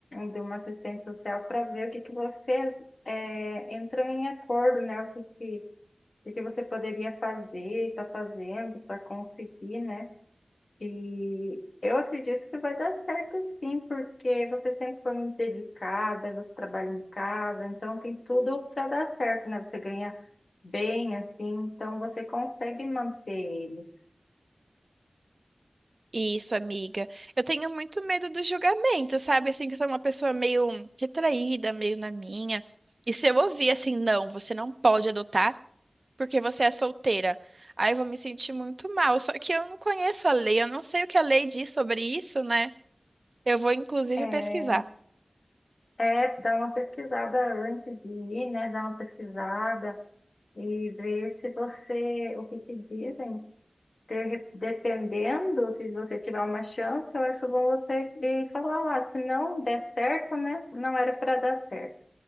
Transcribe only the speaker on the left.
de uma assistente social para ver o que que você é, entrou em acordo, né? O que que, o que que você poderia fazer, está fazendo para conseguir, né? E eu acredito que vai dar certo sim, porque você sempre foi muito dedicada, você trabalha em casa, então tem tudo para dar certo, né? Você ganha bem, assim, então você consegue manter ele.
É,
é dar uma pesquisada antes de ir, né? Dar uma pesquisada e ver se você, o que te dizem. Ter- Dependendo, se você tiver uma chance, eu acho bom você ir falar lá. Se não der certo, né? Não era para dar certo.